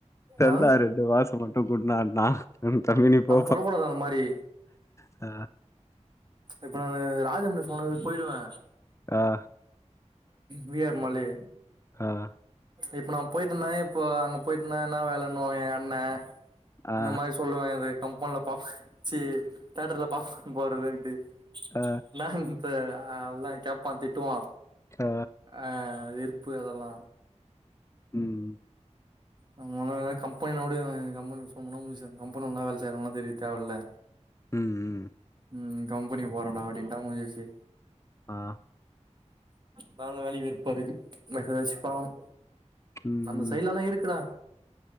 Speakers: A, on the left; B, on the right.
A: தெர்லா
B: ஆ
A: ரெண்டு மாச மட்டு குடுன்னானா தமினிப்போ
B: தொட கூடாதா அந்த மாரி
A: அ
B: இப்ப நா ராஜம்ன சொன்னதுக்கு போயிடுவே
A: ஆ
B: வி ஆர் மளி
A: அதா
B: இப்ப நா போயிட்டனா இப்ப அங்க போயிட்டனா என்ன வேலண்ணுவாங்க எங்க அண்ணே
A: ஆ
B: இந்த மாரி சொல்லுவே அது கம்பன்ல பாஃப்ச்சு தேட்டர்ல பாஃப்கான் போடறதுன்ட்டு
A: ஆ
B: நா இப்ப அதல்லா கேப்பா திட்டுவா
A: ஆ
B: ஆ விற்ப்பு அதெல்லா
A: ம்
B: ஆ எதனா கம்பெனினா னோடயு கம்முனு ஃபோன் பண்ணாம போய் கம்பனில்ல வேல செய்றனா தெர்ய தேவயில்ல
A: ம் ம்
B: ம் கம்பெனி போறண்டா அப்டின்ட்டா முடிஞ்சிச்சு
A: ஆ
B: பாக்கனுனாலே வெறுப்பாக்கு வேற ஏதாச்சு பாக்ணு
A: ம்
B: அந்த
A: ம்
B: சைட்லா ஆனா இருக்குடா